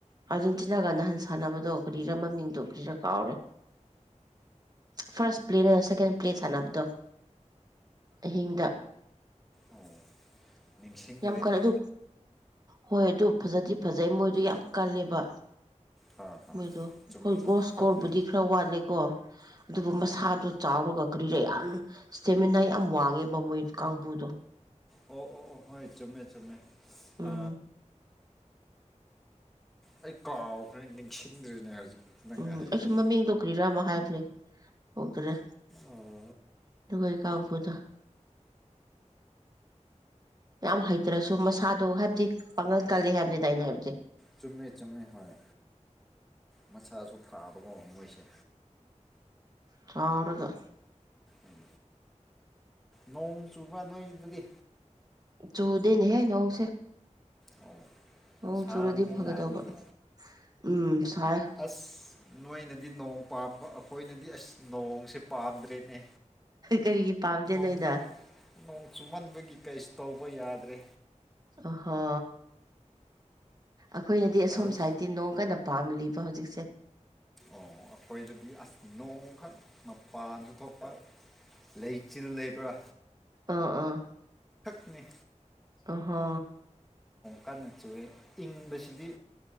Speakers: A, on the right; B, in the centre.
A: ꯑꯥꯔꯖꯦꯟꯇꯤꯅꯥꯒ ꯅꯍꯥꯟ ꯁꯥꯟꯅꯕꯗꯣ ꯀꯔꯤꯔ ꯃꯃꯤꯡꯗꯣ ꯀ꯭ꯔꯤꯔꯥ ꯀꯥꯎꯔꯦ ꯐꯥꯔꯁ ꯄ꯭ꯂꯦꯠ ꯑ ꯁꯦꯀꯦꯟ ꯄ꯭ꯂꯦꯠ ꯁꯥꯟꯅꯕꯗꯣ ꯑꯍꯤꯡꯗ
B: ꯑꯣ ꯅꯤꯡꯁꯤꯡꯗ꯭ꯔꯦꯗ
A: ꯌꯥꯝ ꯀꯔꯦ ꯑꯗꯨ ꯍꯣꯏ ꯑꯗꯨ ꯐꯖꯗꯤ ꯐꯖꯩ ꯃꯣꯏꯗꯨ ꯌꯥꯝ ꯀꯜꯂꯦꯕ
B: ꯍꯥ ꯍꯥ
A: ꯃꯣꯏꯗꯣ ꯑꯩꯈꯣꯏ
B: ꯆꯨꯝꯃꯦ ꯆꯨꯝꯃꯦ
A: ꯒꯣ ꯁꯀꯣꯔꯕꯨꯗꯤ
B: ꯀꯜꯂꯦ
A: ꯈꯔ ꯋꯥꯠꯂꯦꯀꯣ ꯑꯗꯨꯕꯨ ꯃꯁꯥꯗꯨ ꯆꯥꯎꯔꯒ ꯀꯔꯦ ꯌꯥꯝ ꯏꯁꯇꯦꯃꯤꯅꯥ ꯌꯥꯝ ꯋꯥꯡꯉꯦꯕ ꯃꯣꯏ ꯀꯥꯡꯕꯨꯗꯣ
B: ꯑꯣ ꯑꯣ ꯑꯣ ꯍꯣꯏ ꯆꯃꯦ ꯆꯃꯦ ꯑ
A: ꯎꯝ
B: ꯑꯩ ꯀꯥꯎꯈ꯭ꯔꯦ ꯅꯤꯡꯁꯤꯡꯗ꯭ꯔꯤꯅꯦ ꯍꯧꯖꯤꯛ ꯅꯪꯅ
A: ꯎꯝ
B: ꯍꯥꯏꯕꯒꯤ
A: ꯑꯩꯁꯨ ꯃꯃꯤꯡ ꯇꯧ ꯀ꯭ꯔꯤꯔꯥꯃꯣ ꯍꯥꯏꯕꯅꯦ ꯑꯣꯒ꯭ꯔꯦ
B: ꯑꯣ
A: ꯑꯗꯨꯕꯩ ꯀꯥꯎꯄꯗ ꯌꯥꯝ ꯍꯩꯇ꯭ꯔꯁꯨ ꯃꯁꯥꯗꯣ ꯍꯥꯏꯕꯗꯤ ꯄꯥꯡꯉꯜꯀꯜꯂꯤ ꯍꯥꯏꯕꯅꯤꯗ ꯑꯏꯩꯅ ꯍꯥꯏꯕꯗꯤꯦ
B: ꯆꯨꯝꯃꯦ ꯆꯨꯝꯃꯦ ꯍꯣꯏ ꯃꯁꯥꯁꯨ ꯐꯥꯕ ꯉ ꯉꯝꯃꯣꯏꯁꯦ
A: ꯆꯥꯎꯥꯎꯔꯒ
B: ꯎꯝ ꯅꯣꯡ ꯆꯨꯕ ꯅꯣꯏꯗꯨꯗꯤ
A: ꯆꯧꯗꯤꯟ ꯍꯦ ꯅꯧꯁꯦ
B: ꯑꯣ
A: ꯍ
B: ꯁꯥꯔꯝꯃꯅꯤꯅ
A: ꯆꯨꯔꯗꯤ ꯐꯒꯗꯕ
B: ꯑꯗꯨꯗꯤ
A: ꯎꯝ ꯁꯥꯏ
B: ꯑꯁ ꯅꯣꯏꯅꯗꯤ ꯅꯣꯡ ꯄꯥꯝꯕ ꯑꯩꯈꯣꯏꯅꯗꯤ ꯑꯁ ꯅꯣꯡꯁꯦ ꯄꯥꯝꯗ꯭ꯔꯦꯅꯦ
A: ꯀꯔꯤꯒꯤ ꯄꯥꯝꯗꯦ ꯅꯣꯏꯅ
B: ꯣꯡ ꯅꯣꯡ ꯆꯨꯝꯃꯟꯕꯒꯤ ꯀꯩꯁꯨ ꯇꯧꯕ ꯌꯥꯗ꯭ꯔꯦ
A: ꯑꯍ ꯑꯩꯈꯣꯏꯅꯗꯤ ꯑꯁꯣꯝ
B: ꯑꯗꯨ
A: ꯁꯥꯏꯠꯇꯤ ꯅꯣꯡ ꯀꯟꯅ ꯄꯥꯝꯂꯤꯕ ꯍꯧꯖꯤꯛꯁꯦ
B: ꯑꯣ ꯑꯩꯈꯣꯏꯗꯗꯤ ꯑꯁ ꯅꯣꯡꯈꯛ ꯃꯄꯥꯟꯁꯨ ꯊꯣꯛꯄ ꯂꯩ ꯆꯤꯜ ꯂꯩꯕ꯭ꯔꯥ
A: ꯑꯥ ꯑꯥ
B: ꯁꯅꯤ
A: ꯑꯍꯣ
B: ꯀꯟꯅ ꯆꯨꯏꯦ ꯏꯪꯕꯁꯤꯗꯤ